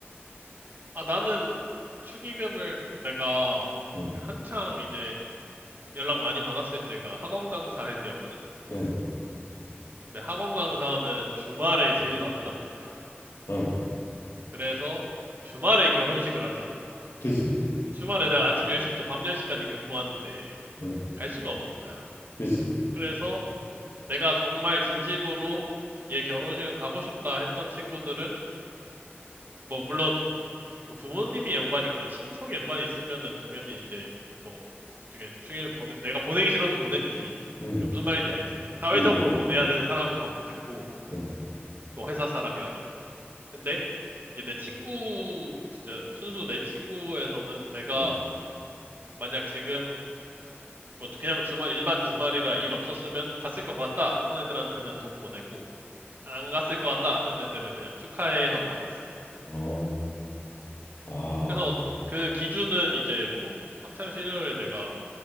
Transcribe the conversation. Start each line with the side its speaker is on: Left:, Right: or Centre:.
Right: 아 나는 축의금을 내가
Left: 응,
Right: 그 한창 이제 연락 많이 받았을 때가 학원 강사 할 때였거든.
Left: 응,
Right: 근데 학원 강사는 주말에 제일 바쁘단 말이야.
Left: 응,
Right: 그래서 주말에 결혼식을 하잖아.
Left: 그지,
Right: 주말에 내가 아침 10시부터 밤 10시까지 근무하는데
Left: 응,
Right: 갈 수가 없는 거야.
Left: 그지,
Right: 그래서 내가 정말 진심으로 얘 결혼식은 가고 싶다 했던 친구들은 뭐 물론 뭐 부모님이 연관이 있거나 친척이 연관이 있으면은 당연히 이제 뭐 되게 축의금 보내 내가 보내기 싫어도 보냈지.
Left: 응.
Right: 그러니까 무슨 말인지 알지. 사회적으로
Left: 그지, 응,
Right: 보내야 되는 사람은 다 보냈고
Left: 응,
Right: 뭐 회사 사람이라던가. 근데 이제 내 친구 진짜 순수 내 친구에서는 내가
Left: 응.
Right: 만약 지금 뭐 그냥 주말 일반 주말이라 일 없었으면 갔을 것 같다 하는 애들한테는 돈 보내고 안 갔을 것 같다 하는 애들은 그냥 축하해 하고 말았어.
Left: 어, 아,
Right: 그래서 그 기준은 이제 뭐 학창 시절에 내가